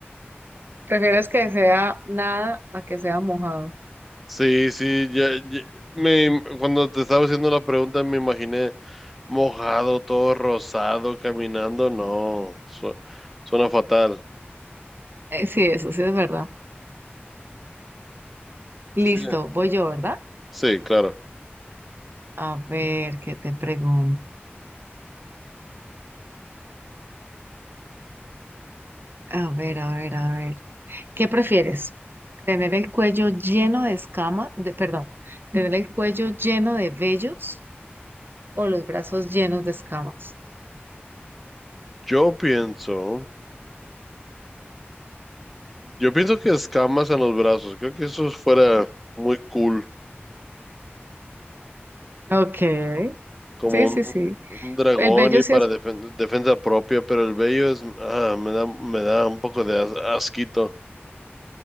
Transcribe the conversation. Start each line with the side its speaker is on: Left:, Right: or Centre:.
Right: ¿Prefieres que sea nada a que sea mojado?
Centre: Sí, sí, ya, ya- me, cuando te estaba haciendo la pregunta me imaginé mojado, todo rosado, caminando, no, su- suena fatal.
Right: Eh, sí, eso sí es verdad. Listo,
Centre: Sí,
Right: voy yo, ¿verdad?
Centre: sí, claro.
Right: A ver, ¿qué te pregunto? A ver, a ver, a ver. ¿Qué prefieres? ¿Tener el cuello lleno de escamas? De, perdón, ¿tener el cuello lleno de vellos? o los brazos llenos de escamas.
Centre: Yo pienso, yo pienso que escamas en los brazos, creo que eso fuera muy cool,
Right: Ok,
Centre: como
Right: sí, sí,
Centre: un,
Right: sí.
Centre: un dragón
Right: El vello
Centre: y
Right: sí
Centre: para
Right: es,
Centre: defen- defensa propia, pero el vello es, ah, me da, me da un poco de as- asquito.